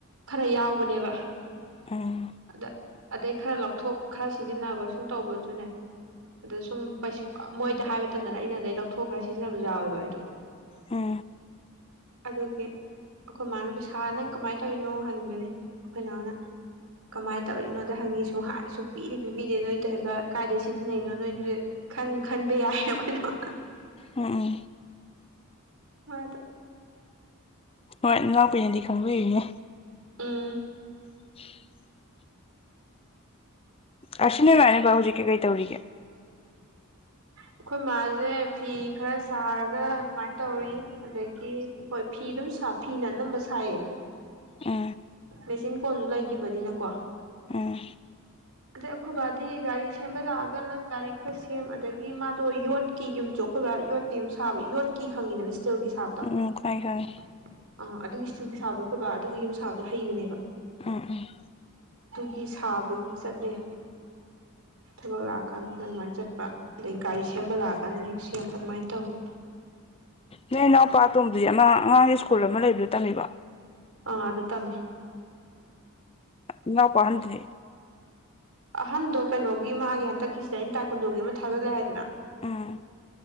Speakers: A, on the right; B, on the left.
A: ꯈꯔ ꯌꯥꯎꯕꯅꯦꯕ
B: ꯎꯝ
A: ꯑꯗ ꯑꯗꯩꯒ ꯈꯔ ꯂꯧꯊꯣꯛ ꯈꯔ ꯁꯤꯖꯤꯟꯅꯕ ꯁꯨꯝ ꯇꯧꯕꯗꯨꯗꯅꯦ ꯑꯗ ꯁꯨꯝ ꯄꯩꯁ ꯄ ꯃꯣꯏꯗ ꯍꯥꯏꯕ ꯇꯟꯗꯅ ꯑꯩꯅ ꯑꯗꯩ ꯂꯧꯊꯣꯛꯑ ꯈꯔ ꯁꯤꯖꯤꯟꯅꯖꯨ ꯌꯥꯎꯋꯦꯕ ꯑꯩꯗꯣ
B: ꯎꯝ
A: ꯑꯗꯨꯒꯤ ꯑꯈꯣꯏ ꯃꯥꯅ ꯄꯩꯁꯥ ꯅꯪ ꯀꯃꯥꯏ ꯇꯧꯔꯤꯅꯣ ꯍꯪꯗꯣꯅꯤ ꯑꯩꯈꯣꯏ ꯅꯥꯎꯅ ꯀꯃꯥꯏꯟ ꯇꯧꯔꯤꯅꯣꯗ ꯍꯪꯉꯤ ꯁꯨ ꯍꯥꯏ ꯁꯨꯡ ꯄꯤꯗꯤ ꯄꯤꯕꯤꯗꯦ ꯅꯣꯏ ꯇꯧꯏꯕ ꯀꯥꯏꯗꯩ ꯁꯤꯖꯤꯟꯅꯩꯅꯣ ꯅꯣꯏꯗꯨꯗꯤ ꯈꯟ ꯈꯟꯕ ꯌꯥꯏ <inaudible> ꯍꯝ ꯍꯝ
B: ꯎꯝ ꯎꯝ
A: ꯃꯥꯗ
B: ꯍꯣꯏ ꯅꯅꯥꯎꯄꯤꯅꯦꯗꯤ ꯈꯪꯕꯤꯔꯤꯅꯦ
A: ꯎꯝ
B: ꯍꯝ ꯑꯔꯁꯤ ꯅꯣꯏꯃꯥꯏꯕ ꯍꯧꯖꯤꯛꯀꯤ ꯀꯩ ꯇꯧꯔꯤꯒꯦ
A: ꯑꯩꯈꯣꯏ ꯃꯥꯁꯦ ꯐꯤ ꯈꯔ ꯁꯥꯔꯒ ꯁꯃꯥꯏꯟ ꯇꯧꯔꯤ ꯑꯗꯒꯤ ꯍꯣꯏ ꯐꯤ ꯑꯗꯨꯝ ꯐꯤꯅ ꯑꯅꯝꯕ ꯁꯥꯏꯌꯦ
B: ꯎꯝ
A: ꯃꯦꯆꯤꯟ ꯀꯣꯜꯖꯨ ꯂꯩꯒꯤꯕꯅꯤꯅꯀꯣ
B: ꯎꯝ
A: ꯑꯗꯩ ꯑꯈꯣꯏ ꯕꯥꯗꯤ ꯒꯥꯔꯤ ꯁꯦꯝꯕ ꯂꯥꯛꯑꯒꯅ ꯒꯥꯔꯤ ꯈꯔ ꯁꯦꯝ ꯑꯗꯒ ꯗꯒꯤ ꯃꯥꯗꯣ ꯌꯣꯠꯀꯤ ꯌꯨꯝꯖꯣ ꯑꯩꯈꯣꯏ ꯕꯥ ꯌꯣꯠꯀꯤ ꯌꯨꯝ ꯁꯥꯕ ꯌꯣꯠꯀꯤ ꯈꯪꯉꯤꯗꯅ ꯏꯁꯇꯤꯜꯒꯤ ꯁꯥꯕꯗ ꯇꯣ
B: ꯎꯝ ꯈꯪꯉꯦ ꯈꯪꯉꯦ
A: ꯑ ꯑꯗꯨꯒꯤ ꯏꯁꯇꯤꯜꯒꯤ ꯁꯥꯕꯗꯣ ꯍꯣꯏꯕꯥ ꯑꯗꯨꯒꯤ ꯌꯨꯝꯁꯥꯡꯗꯣ ꯍꯩꯕꯅꯦꯕ
B: ꯎꯝ ꯎꯝ
A: ꯒꯤ ꯁꯥꯕꯒꯤ ꯆꯠꯂꯦ ꯊꯕꯛ ꯂꯥꯛꯑꯀꯥꯟꯗꯅ ꯑꯗꯨꯃꯥꯏꯅ ꯆꯠꯄ ꯑꯗꯩ ꯒꯥꯔꯤ ꯁꯦꯝꯕ ꯂꯥꯛꯑꯀꯥꯟꯗ ꯍꯦꯛ ꯁꯦꯝꯕ ꯑꯗꯨꯃꯥꯏꯅ ꯇꯧꯋ
B: ꯅꯣꯏ ꯏꯅꯥꯎꯄꯥ ꯇꯣꯝꯕꯗꯤ ꯑꯟ ꯑꯉꯥꯡꯒꯤ ꯁ꯭ꯀꯨꯜ ꯑꯃ ꯂꯩꯕꯗꫭ ꯇꯝꯃꯤꯕ
A: ꯑꯥ ꯑꯗꯨ ꯇꯝꯃꯤ
B: ꯏꯅꯧꯄꯗꯦ
A: ꯑꯍꯟꯗꯣ ꯀꯩꯅꯣꯒꯤ ꯃꯥꯒꯤ ꯍꯟꯗꯛꯀꯤꯁꯤꯗ ꯑꯩꯅ ꯇꯥꯏꯀꯨꯟꯗꯣꯒꯤ ꯑꯃ ꯊꯥꯖꯤꯜꯂꯦ ꯍꯥꯏꯗꯅ
B: ꯑꯥ